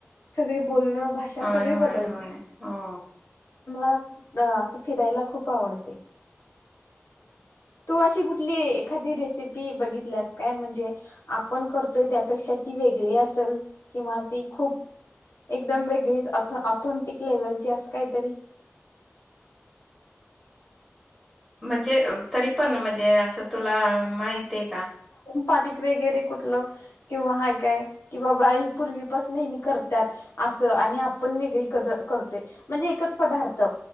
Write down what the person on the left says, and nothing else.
सगळे बोलणं, भाषा
सगळी
बदलते.
मला आ असं फिरायला खूप आवडते. तु अशी कुठली एखादी रेसिपी बघितल्यास काय? म्हणजे आपण करतोय त्यापेक्षा ती वेगळी असेल किंवा ती खूप एकदम वेगळीच ऑथ ऑथेंटिक लेवलची अस काहीतरी
पारीख वगैरे कुठलं किंवा हाय काय कि बाबा ही पूर्वीपासन हीनी करत्यात असं आणि आपण वेगळी कद करतोय म्हणजे एकच पदार्थ